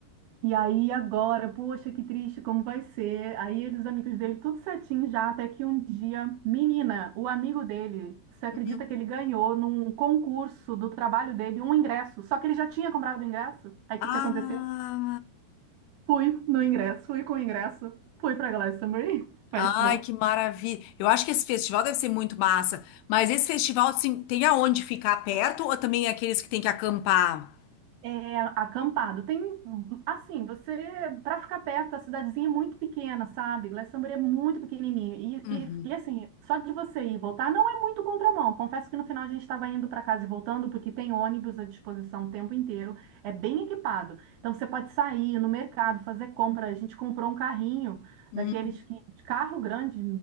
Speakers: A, on the right; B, on the left.
A: E aí agora, poxa, que triste, como vai ser? Aí eles, os amigos dele, tudo certinho já, até que um dia, menina, o amigo dele, você acredita
B: Uhum.
A: que ele ganhou num concurso do trabalho dele um ingresso? Só que ele já tinha comprado o ingresso. Aí o
B: Ah,
A: que que aconteceu? Fui no ingresso e com o ingresso fui para Glastonbury Festival.
B: Ai, que maravilha. Eu acho que esse festival deve ser muito massa. Mas esse festival, assim, tem aonde ficar perto ou também é aqueles que tem que acampar?
A: É, acampado. Tem, assim, você, para ficar perto, a cidadezinha é muito pequena, sabe? Glastonbury é muito pequenininho. E,
B: Uhum.
A: e, e, assim, só de você ir e voltar não é muito contramão. Confesso que no final a gente estava indo para casa e voltando, porque tem ônibus à disposição o tempo inteiro. É bem equipado. Então você pode sair no mercado, fazer compra. A gente comprou um carrinho
B: Hum,
A: daqueles que, de carro grande,